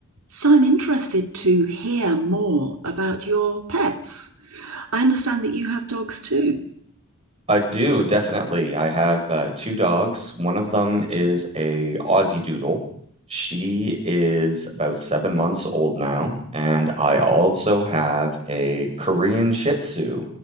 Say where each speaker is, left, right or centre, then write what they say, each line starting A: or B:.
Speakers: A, on the right (about 85°); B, on the right (about 25°).
A: So I'm interested to hear more about your pets. I understand that you have dogs too.
B: I do definitely. I have uh, two dogs. One of them is a Aussie Doodle. She is about seven months old now, and I also have a Korean Shih Tzu,